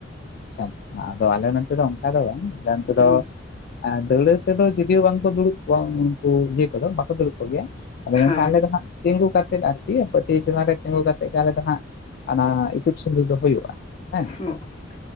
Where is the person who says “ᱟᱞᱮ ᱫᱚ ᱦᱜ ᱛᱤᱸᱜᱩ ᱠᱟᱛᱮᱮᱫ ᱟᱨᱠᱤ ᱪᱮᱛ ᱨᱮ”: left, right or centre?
Left